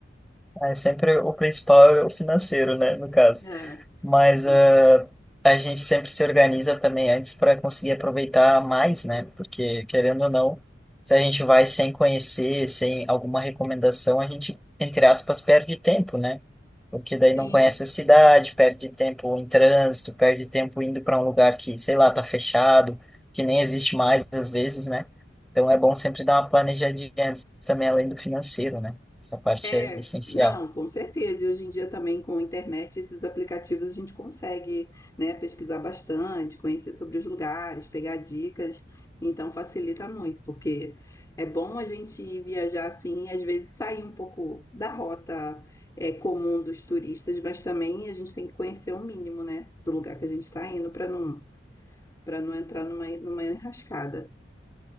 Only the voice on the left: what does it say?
É.
Bom,
Sim,
É,
não,
com certeza. E hoje em dia também com a internet, esses aplicativos a gente consegue, né, pesquisar bastante, conhecer sobre os lugares, pegar dicas. Então facilita muito, porque é bom a gente ir viajar assim, e às vezes sair um pouco da rota, é, comum dos turistas, mas também a gente tem que conhecer o mínimo, né, do lugar que a gente está indo para não para não entrar numa, numa enrascada.